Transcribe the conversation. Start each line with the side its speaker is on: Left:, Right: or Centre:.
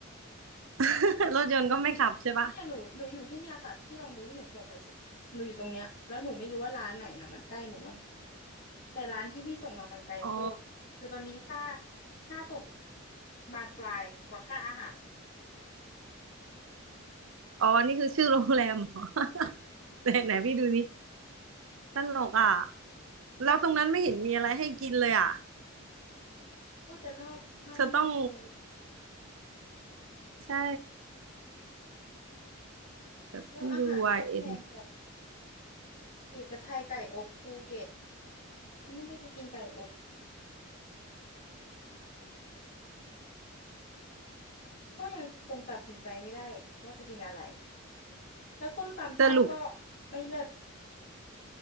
Right: <laughs> รถยนต์ก็ไม่ขับใช่ปะ
Left: เนี่ยหนูหนูอยู่ที่เนี่ยค่ะพี่ลองดูที่หนูส่งไปสิหนูอยู่ตรงเนี้ยแล้วหนูไม่รู้ว่าร้านไหนอ่ะมันใกล้หนูบ้างแต่ร้านที่พี่ส่งมามันไกลโคตรคือตอนนี้ค่า
Right: อ๋อ
Left: ค่าส่งบานปลายกว่าค่าอาหาร
Right: อ๋อนี่คือชื่อโรงแรมเหรอ <laughs> ไหนไหนพี่ดูดิตลกอ่ะแล้วตรงนั้นไม่เห็นมีอะไรให้กินเลยอ่ะ
Left: ก็จะนอกบ้านนอกเมืองเลย
Right: เธอต้องใช่แต่ยูไอเอน
Left: แล้วอาหารก็แพงแบบเอกชัยไก่อบภูเก็ตฉันไม่ได้จะกินไก่อบ ก็ยังคงตัดสินใจไม่ได้ว่าจะกินอะไร แล้วส้มตำใต้ก็
Right: สรุป
Left: ไม่เลิศ